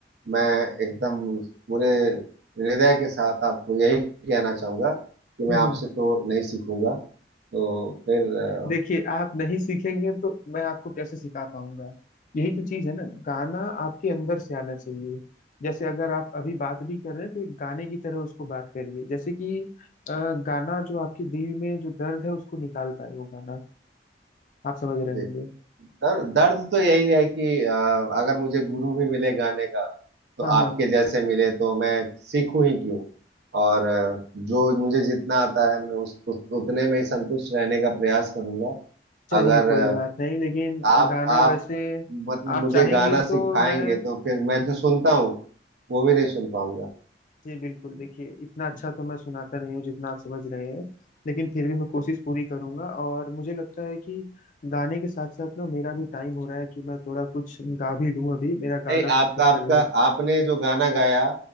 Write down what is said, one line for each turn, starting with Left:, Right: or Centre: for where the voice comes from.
Right: मैं एकदम पूरे हृदय के साथ आपको यही कहना चाहूंगा कि मैं
Left: हम्म
Right: आपसे
Left: हम्म।
Right: तो नहीं सीखूंगा तो फिर अ,
Left: देखिए आप नहीं सीखेंगे तो मैं आपको कैसे सिखा पाऊंगा यही तो चीज है ना गाना आपके अंदर से आना चाहिए जैसे अगर आप अभी बात भी कर रहे हैं तो एक गाने की तरह उसको बात करिए जैसे कि अ, गाना जो आपके दिल में जो दर्द है उसको निकाल पाए वो गाना आप समझ रहे
Right: दे-
Left: होंगे
Right: दर्द दर्द तो यही है कि अ, अगर मुझे गुरु भी मिले गाने का तो
Left: हाँ हाँ
Right: आपके जैसे मिले तो मैं सीखूं ही क्यों और अ, जो मुझे जितना आता है मैं उस, उस उतने में ही संतुष्ट रहने का प्रयास करूंगा
Left: चलिए
Right: अगर
Left: कोई
Right: अ,
Left: बात नहीं लेकिन
Right: आप
Left: गाना
Right: आप
Left: वैसे
Right: मतलब
Left: आप
Right: मुझे
Left: चाहेंगे
Right: गाना सिखाएंगे
Left: तो मैं
Right: तो फिर मैं जो सुनता हूँ वो भी नहीं सुन पाऊंगा
Left: जी बिल्कुल देखिए इतना अच्छा तो मैं सुनाता नहीं हूँ जितना आप समझ रहे हैं लेकिन फिर भी मैं कोशिश पूरी करूंगा और मुझे लगता है कि गाने के साथ साथ ना मेरा भी टाइम हो रहा है कि मैं थोड़ा कुछ गा भी लूँ अभी मेरा
Right: नहीं
Left: गाना
Right: आपका
Left: प्रैक्टिस करने
Right: आपका
Left: में
Right: आपने जो गाना गाया